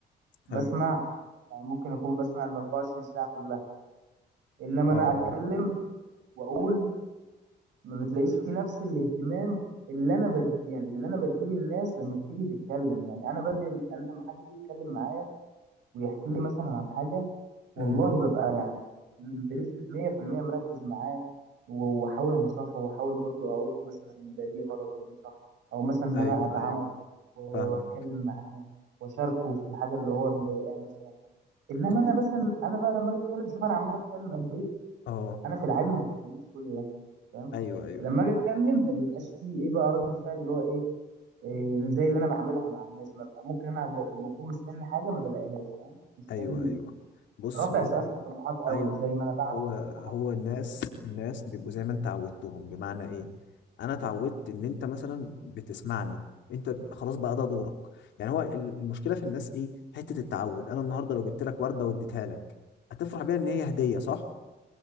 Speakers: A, on the right; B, on the left.
A: بسمع
B: حلو
A: يعني ممكن اكون بسمع ال 24 ساعه كلها انما
B: اه
A: انا اتكلم واقول ما بتلاقيش فيه نفس الاهتمام اللي انا بد... يعني اللي انا بديه للناس لما بتيجي تتكلم يعني انا بدي انا لما حد بيجي يتكلم معايا ويحكي لي مثلا عن حاجه والله
B: امم
A: ببقى يعني من- بنسبه 100% مركز معاه و- واحاول انصحه واحاول برضو اقول له مثلا ده دي غلط ودي صح او مثلا ان
B: ايوه
A: انا ادعمه
B: ايوه
A: و-
B: فاهمك
A: واتكلم معاه واشاركه في الحاجه اللي هو مضايقاه مثلا انما
B: ط-
A: انا مثلا انا بقى لما اجي اتكلم شوف انا عمال اتكلم قد ايه
B: اه
A: انا في العادي ما بتكلمش كل ده فاهم
B: ايوه ايوه
A: لما اجي اتكلم ما بيبقاش فيه ايه بقى رد فعل اللي هو ايه, إيه زي اللي انا بعملها مع الناس ما بقى ممكن انا ب- بكون مستني حاجه ما بلاقيهاش فاهم مستني
B: ايوه ايوه بص
A: رافع
B: هو
A: سقف الطموحات قوي
B: ايوه
A: زي ما انا بعمل
B: هو
A: حد
B: هو
A: يعني
B: الناس الناس بيبقوا زي ما انت عودتهم بمعنى ايه انا اتعودت ان انت مثلا بتسمعني انت ب- خلاص بقى ده دورك يعني هو ال- المشكله في الناس ايه حته التعود انا النهارده لو جبت لك ورده واديتها لك هتفرح بيها ان هي هديه صح